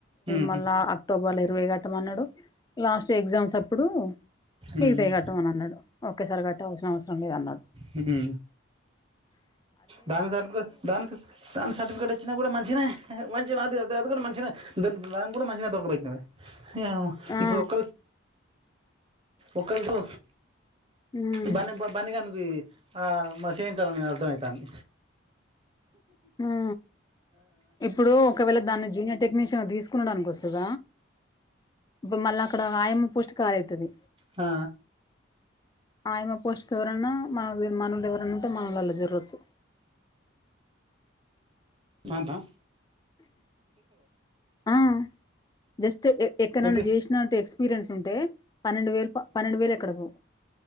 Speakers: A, on the right; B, on the left.
A: ఉమ్
B: మళ్ళా అక్టోబర్ లో ఇరవై గట్ట మన్నాడు లాస్ట్ ఎగ్జామ్స్ అప్పుడు
A: ఉమ్
B: మీగతాయిగట్టమని అన్నాడు ఒకేసారి కట్టాల్సిన అవసరం లేదు అన్నాడు
A: హు మ్ దానికి సర్టిఫికేట్ దానికి దాని సర్టిఫికేట్ వచ్చినా కూడా మంచిదే మంచిగా అది అది అది కూడా మంచిదే దాని కూడా మంచిగా దొరికే బెట్టిన వే ఏమో
B: ఆ
A: ఇప్పుడు ఒకరు ఒకకాళకు
B: ఉమ్
A: బ బనిగ <unintelligible> ఆ మరి చేయించాలి అని అర్థం అవుతుంది
B: ఆ ఇప్పుడు ఒకవేళ దాన్ని జూనియర్ టెక్నీషియన్ తీసుకునడనుకో సుధ ఇప్పుడు మళ్ళ అక్కడ ఆయమ్మ ప్రొస్ట్ ఖాళీ అయితది
A: ఆ
B: ఆయమ్మ పోస్ట్ కి ఎవరన్నా మనకి మనోళ్ళ ఎవ నా ఉంటే మనోలలో జరోచ్చు
A: సాంతా
B: ఆ జస్ట్ ఎక్కడన్న
A: ఎంత
B: చేసినా ఎక్స్ ఎక్స్పిరియన్స్ ఉంటే పన్నెండు వేలు పన్నెండు వేలు కి అడుగు